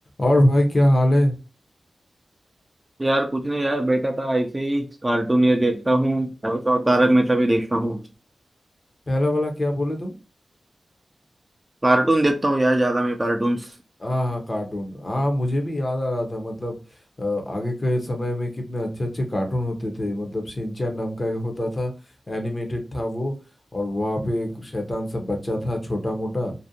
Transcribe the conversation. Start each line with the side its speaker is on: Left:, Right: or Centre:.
Left: और भाई क्या हाल है
Right: यार कुछ नहीं यार बैठा था ऐसे ही कार्टून ये देखता हूँ और तो और तारक मेहता भी देखता हूँ
Left: पहला वाला क्या बोले तुम
Right: कार्टून देखता हूँ यार ज्यादा मैं कार्टून्स
Left: हाँ हाँ कार्टून हाँ मुझे भी याद आ रहा था मतलब अ, आगे के समय में कितने अच्छे अच्छे कार्टून होते थे मतलब शिनचैन नाम का एक होता था एनिमेटेड था वो और वहाँ पे एक शैतान सा बच्चा था छोटा मोटा